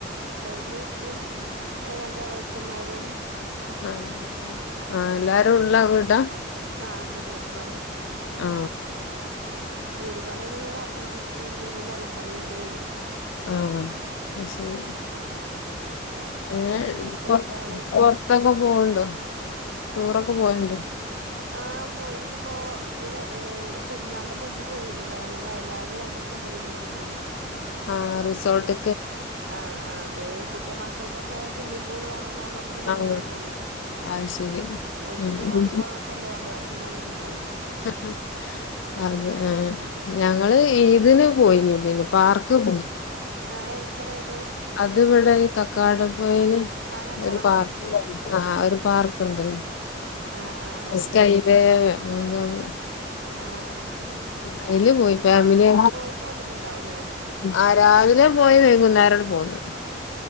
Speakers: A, on the right; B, on the left.
A: ഉമ്മേം ഉപ്പേം രണ്ട് ഇളയച്ഛന്മാരും
B: ആ ആഹ് എല്ലാരും ഉള്ള വീടാ?
A: ആ കൂട്ടുകുടുംബാണ്.
B: ആ
A: വീട് പണിയൊക്കെ ഇങ്ങനെ നടന്നൊണ്ടിരിക്കുന്നുണ്ട്, ഇനി നെലം പണിയിണ്ട്.
B: ആ അശരി ഏ
A: അങ്ങനെ ഓരോ സ്റ്റെപ്പുകളായിട്ട്
B: പൊറ് പൊറത്തൊക്കെ പോവ്ണ്ടോ? ടൂറൊക്കെ പോവലുണ്ടോ?
A: ആ പോയിന്നു പോ ന്ന് വേ ഏ പെരുന്നാളിന്റെ മുമ്പ് പോയിനു കാരണം വയനാട് രണ്ടുസം പോയി നിന്നു പോന്നു.
B: ആ റിസോർട്ട്
A: ആ അതെ കുട്ടിയ മക്കൾക്കൊക്കെ സ്വിമ്മിംഗ് പൂൾ കാണുന്ന് നന്നപ്പം പിന്നെ
B: ആഹ്
A: അങ്ങനെ പോയി
B: അത് ശരി
A: ഓല്ക്ക്
B: ഉം
A: ഇപ്പം വെള്ളം ഒക്കെല്ലേ വാണ് <unintelligible> പിന്നെ അങ്ങനെ പോയി.
B: ഹ ഹാ അത് ആ ഞങ്ങള് ഇദിന് പോയി പാർക്ക് പോയി
A: ആഹ് എവിടക്കെ പോയത്
B: അത് ഇവിടെ കക്കാടും <unintelligible>
A: ആഹ് കക്കാടം
B: ഒരു പാർക്ക്
A: പോയിക്ക്
B: ഒരു പാർക്ക് കണ്ട്
A: ആഹ് ആഹ് ആഹ്
B: സ്കെയില് അ എന്താന്ന്
A: ആഹ് ആഹ് ആഹ്
B: അയില് പോയി ഫാമിലിയ
A: ആടെ ആഹ് പോയി പോന്നിട്ടുണ്ടാവൂലേ
B: ആ രാവിലെ പോയി വൈകുന്നേരം പോന്നു ഉം